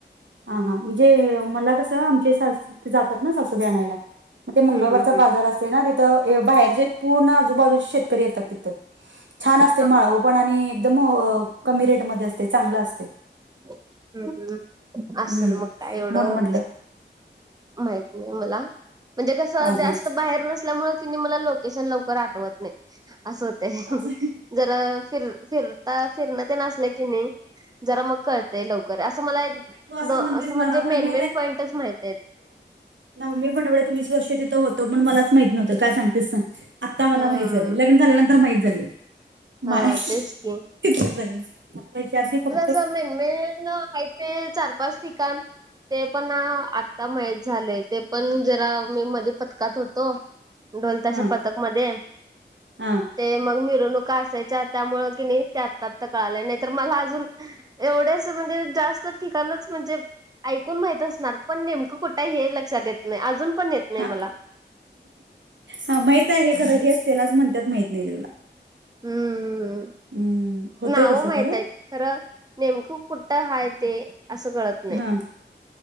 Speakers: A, on the right; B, on the right.
A: हा हा म्हणजे मला कसं आमचे सासरे जातात ना सासुबाईला आणायला. ते मंगळवारचा
B: हम्म हम्म हम्म
A: बाजार असतोय ना तिथं बाहेरचे पूर्ण आजूबाजूचे शेतकरी येतात तिथं. छान असतयं
B: हा
A: माळवं
B: हा
A: पण आणि एकदम अ कमी रेटमध्ये असतयं चांगलं असतयं.
B: हम्म हम् असलं
A: हम्म
B: मग काय एवढं
A: म्हणून म्हटलं
B: माहीत नाही मला म्हणजे कस
A: हा
B: जास्त
A: हा
B: बाहेर नसल्यामुळे कीणी मला लोकेशन लवकर आठवत नाही असं होतंय
A: असं-
B: जरा फिर फिरता फिरण ते असलं की नाही. जरा मग कळते लवकर असं मला एक
A: तू
B: असं
A: म्हणतेस
B: म्हणजे
A: मला
B: मेन
A: पण मी
B: मेन पॉईंटच माहित आहे
A: नाही मी पण एवढं वीस वर्ष तिथं होतो पण मलाच माहीत नव्हतं काय सांगतेस सांग. आता मला
B: हम्म
A: माहित झाले लग्न झाल्यानंतर माहित झाले
B: हा
A: मा
B: तेच की
A: तिथंल सगळे <inaudible> <unintelligible>
B: मेन मेन आहेत ना चार, पाच ठिकाणं ते पण आता माहीत झालंय ते पण जरा मी मध्ये पथकात होतो. ढोल ताशा
A: हा
B: पथक मध्ये
A: हा
B: ते मग मिरवणुका असायच्या त्यामुळं कणी ते आत्ता आत्ता कळालयं नाहीतर मला अजून, एवढे अस म्हणजे जास्त ठिकाणच म्हणजे? ऐकून माहीत असणार पण नेमकं कुठ हे लक्षात येत नाही अजून पण येत नाही
A: हा
B: मला
A: हा माहित आहे हे खरं हेच त्यालाच म्हणतात माहित नाही तुला
B: हम्मम्
A: हम्म होतय
B: नाव
A: तसं
B: माहीत
A: खरं
B: आहेत खरं नेमकं कुठं हाय ते असं कळतं नाही.
A: हा